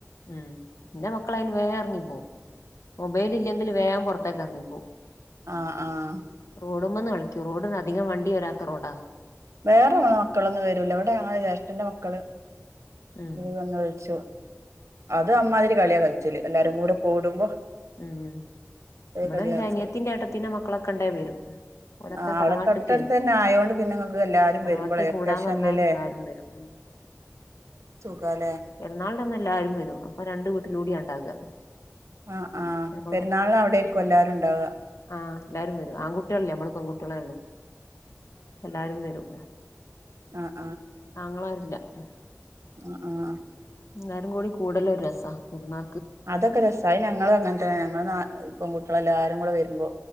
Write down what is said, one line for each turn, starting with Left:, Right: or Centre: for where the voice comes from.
Left: ഉം ന്റെ മക്കളയിന് വേറങ്ങി പോവു മൊബൈൽ ഇല്ലെങ്കി വേം പുറത്ത് താഴക്കിറങ്ങിപ്പോ
Right: ആഹ ആഹ
Left: ഓടുമ്പന്ന് കളിക്കൂ റോഡന് അധികം വണ്ടി വരാത്തറോഡാ
Right: വേറെള്ള മക്കളൊന്നും വരൂല്ല ഇവിടെ ഞങ്ങളെ ജേഷ്ഠന്റെ മക്കള്
Left: ഉം
Right: ഇത് വന്ന് കളിച്ചു അത് അമ്മാതിരി കളിയാ കളിച്ചല് എല്ലാരും കൂടെ കൂടുമ്പോ
Left: ഉം
Right: ഒരു
Left: ഇമ്പടെ
Right: കളിയാ കളിച്ചല്
Left: അനയത്തിന്റെ ഏട്ടത്തിൻ്റെ മക്കളൊക്കെ ഇണ്ടേ വരും ഓരൊക്കെ
Right: ആ
Left: തറവാട്ട്ക്കെ
Right: അവിടെ തൊട്ടടുത്ത് തന്നെ ആയോണ്ട് പിന്നെ നിങ്ങൾക്ക് എല്ലാരും
Left: തറവാട്ട്
Right: വരുമ്പോളേ വെക്കേഷനിലല്ലേ
Left: കൂടാൻ വന്നാല് എല്ലാരും വരും ഉം
Right: ആ ല്ലെ
Left: പെരുന്നാളിൻ്റന്ന് എല്ലാരും വരും അപ്പ രണ്ട് വീട്ടിലൂടെ അങ്ങാക്കും അതെ
Right: ആ ആ
Left: നമ്മള്
Right: പെരുന്നാളിന് അവിടെ ആയിരിക്കും എല്ലാരും ഉണ്ടാവുക
Left: ആഹ് എല്ലാരു വരും ആൺകുട്ടികളില്ല നമ്മള് പെൺകുട്ടികളെ ഉള്ളു <inaudible> എല്ലാരു വരും
Right: അ
Left: ആങ്ങളാരില്ല <inaudible>
Right: അ ആഹ്
Left: എല്ലാരു കൂടി കൂടല് ഒരു രസാ പെരുന്നാ
Right: അതൊക്കെ രസ അയ് ഞങ്ങളങ്ങനെ തന്നെ ഞങ്ങ പെൺകുട്ട്യെള് എല്ലാരു കൂടെ വരുമ്പോ